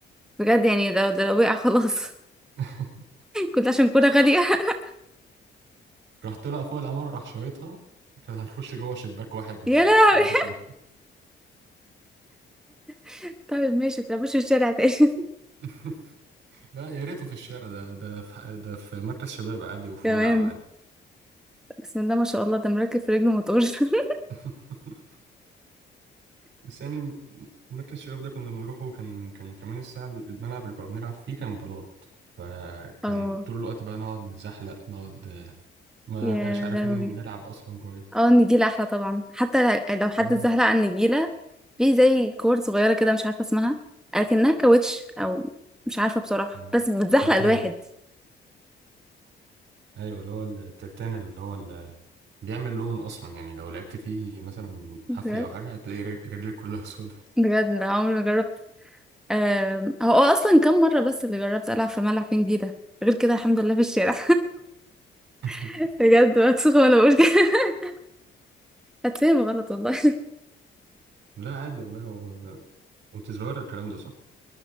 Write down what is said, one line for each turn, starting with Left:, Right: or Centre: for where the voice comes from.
Centre: بجد يعني ده ده لو وقع خلاص <laughs>
Right: <laughs>
Centre: كنت عشان كنت غالية <laughs>
Right: راح طلع فوق العمارة راح شايطها كانت هتخش جوه شباك واحد من
Centre: يا لهوي
Right: عمارة تانية
Centre: <laughs> طيب ماشي متلعبوش في الشارع تاني <laughs>
Right: <laughs> لا يا ريته في الشارع ده ده في ده في مركز شباب عادي وفي
Centre: كمان
Right: ملعب عادي
Centre: بسم الله ما شاء الله ده مركب في رجله موتور <laughs>
Right: <laughs> بس يعني مركز الشباب ده كنا بنروحه كان كان كمان الساعة الملعب اللي كنا بنلعب فيه كان بلاط فكان
Centre: اه
Right: طول الوقت بقى نقعد نتزحلق نقعد آه، ما
Centre: يا
Right: مش عارفين
Centre: لهوي
Right: نلعب أصلا كويس
Centre: اه النجيلة احلى طبعا حتى لو حد
Right: اه
Centre: زهق عن النجيلة في زي كور صغيرة كده مش عارفة اسمها اكنها كاوتش او مش عارفة بصراحة
Right: آه.
Centre: بس بتزحلق
Right: ترتان
Centre: الواحد
Right: أيوة اللي هو الترتان اللي هو بيعمل لون اصلا يعني لو لعبت فيه مثلا
Centre: بجد
Right: حافية او حاجة هتلاقي رج- رجلك كلها سودة
Centre: بجد لا عمري ما جربت آم، هو هو اصلا كم مرة بس اللي جربت العب في ملعب في نجيلة غير كده الحمد لله في الشارع
Right: <laughs>
Centre: <laughs> بجد مكسوفة وانا بقول كده <laughs> هتفهم غلط والله
Right: لا عادي والله هو وتزرار الكلام ده صح